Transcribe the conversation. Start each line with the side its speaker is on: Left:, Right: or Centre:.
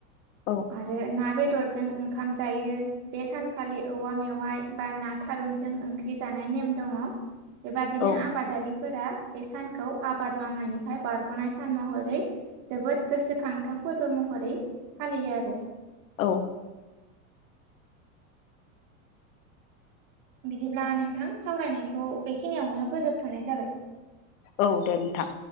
Left: औ
Right: आरो ना बेदरजों ओंखाम जायो बे सानखालि औवा मेवाइ बा ना थारुनजों ओंख्रि जानाय नेम दङ। बेबादिनो
Left: औ
Right: आबादारिफोरा बे सानखौ आबाद मावनायनिफ्राय बारग'नाय सान महरै जोबोद गोसोखांथाव फोरबो महरै फालियो आरो।
Left: औ
Right: बिदिब्ला नोंथां सावरायनायखौ बेखिनियावनो फोजोबथ'नाय जाबाय।
Left: औ दे नोंथां।